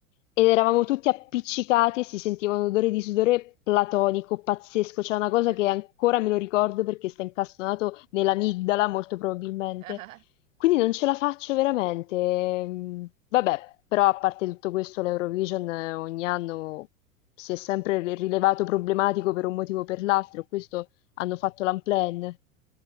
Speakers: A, on the left (about 60°); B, on the right (about 65°).
A: ed eravamo tutti appiccicati e si sentiva un odore di sudore platonico, pazzesco, c'è una
B: Tipo
A: cosa che
B: di...
A: ancora me lo ricordo perché sta incastonato nell'amigdala molto probabilmente.
B: <laughs>
A: Quindi non ce la faccio veramente. Mhmm, vabbè, però a parte tutto questo l'Eurovision eh, ogni anno si è sempre ri- rilevato problematico per un motivo o per l'altro, questo hanno fatto l'unplanned.